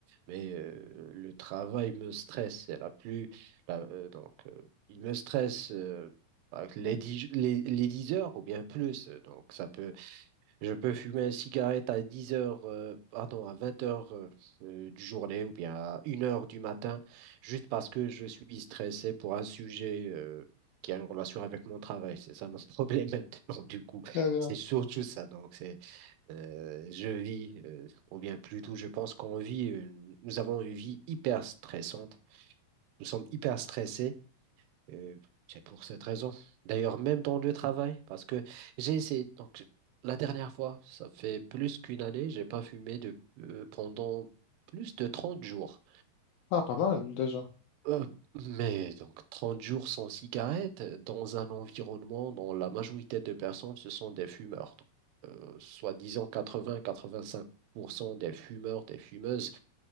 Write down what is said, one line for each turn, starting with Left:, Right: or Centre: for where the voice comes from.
Right: mais euh, le travail me stresse. C'est la plus, la- euh, donc, euh, il me stresse euh, avec les 10, les, les 10 heures ou bien plus. Donc, ça peut, je peux fumer une cigarette à 10 heures, euh, pardon, à 20 heures euh, euh, du journée ou bien à une heure du matin, juste parce que je suis stressé pour un sujet euh, qui a une relation avec mon travail. C'est ça mon <laughs> problème maintenant, du coup.
Left: Très bien.
Right: C'est surtout ça. Donc, c'est, euh, je vis, euh, ou bien plutôt, je pense qu'on vit, une- nous avons une vie hyper stressante. Nous sommes hyper stressés euh, c'est pour cette raison. D'ailleurs, même dans le travail, parce que j'ai essayé, donc la dernière fois, ça fait plus qu'une année, j'ai pas fumé de, euh, pendant plus de trente jours.
Left: Ah, pas mal, déjà.
Right: Euh, mais donc 30 jours sans cigarette, dans un environnement dont la majorité de personnes, ce sont des fumeurs. Donc, euh, soi-disant quatre-vingts-quatre-vingt-cinq pour cent des fumeurs, des fumeuses.